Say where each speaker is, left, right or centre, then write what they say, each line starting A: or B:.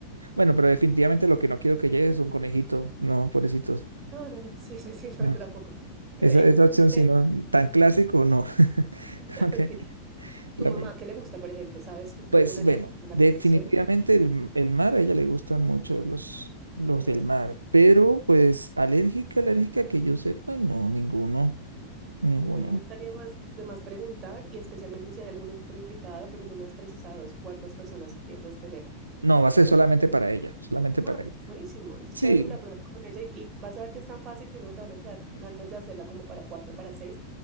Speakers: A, on the right; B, on the right.
A: Bueno, pero definitivamente lo que no quiero que llegue es un conejito, no, pobrecitos.
B: No, no, no, sí, <laughs> sí, sí, no,
A: No.
B: tú tampoco. Eh,
A: Esa, esa opción,
B: <laughs> de-
A: si no, tan clásico, no. <laughs>
B: <laughs>
A: Como que
B: sí.
A: la
B: ¿Tu mamá
A: prim-
B: qué le gusta, por ejemplo? ¿Sabes que tiene
A: pues
B: alguna alergia,
A: bueno,
B: alguna
A: definitivamente
B: restricción?
A: el, el mar, a ella le gustan mucho los, los
B: Eh,
A: del mar, pero pues alérgica, alérgica que yo sepa, no, ninguno, ninguno.
B: Bueno, no estaría más de más preguntar y especialmente si hay algún otro invitado, pero no me has precisado cuántas personas piensas tener.
A: No,
B: eh,
A: va a ser solamente para ella, solamente para
B: Ah,
A: ella.
B: buenísimo. Entonces,
A: Sí,
B: chévere, la prueba con ella y, y vas a ver que es tan fácil que luego te van a quedar ganas de hacerla como para cuatro, para seis,